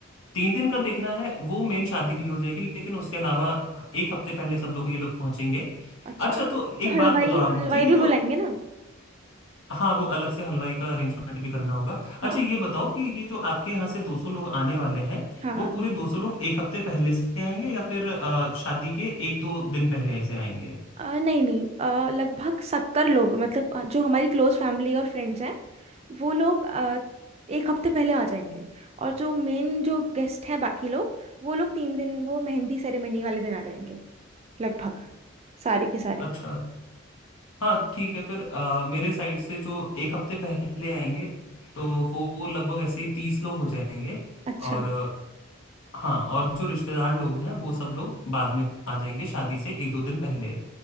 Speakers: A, on the left; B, on the right.
A: तीन दिन का देखना है वो मेन शादी के लिए हो जाएगी लेकिन उसके अलावा एक हफ्ते पहले सब लोग ये लोग पहुंचेंगे
B: अच्छा
A: अच्छा
B: तो
A: तो एक
B: हलवाई
A: बात बताओ
B: हलवाई
A: आप मुझे ये
B: भी
A: जो
B: बुलाएंगे ना
A: हाँ वो अलग से हलवाई का अरेंजमेंट भी करना होगा
B: हाँ
A: अच्छा ये बताओ कि ये जो आपके यहाँ से 200 लोग आने वाले हैं
B: हाँ
A: वो पूरे 200 लोग एक हफ्ते पहले से आएंगे या फिर अ, शादी के एक दो दिन पहले से आएंगे
B: आ, नहीं नहीं आ, लगभग सत्तर लोग मतलब अ, जो हमारी क्लोज फैमिली और फ्रेंड्स हैं वो लोग आ, एक हफ्ते पहले आ जाएंगे और जो मेन जो गेस्ट हैं बाकी लोग वो लोग तीन दिन वो मेहंदी सेरेमनी वाले दिन आ जाएंगे लगभग सारे के सारे
A: अच्छा हाँ ठीक है फिर अ, मेरे साइड से जो एक हफ्ते पहले आएंगे तो वो वो लगभग ऐसे ही तीस लोग हो जाएंगे
B: अच्छा
A: और हाँ और जो रिश्तेदार लोग हैं वो सब लोग बाद में आ जाएंगे शादी से एक दो दिन पहले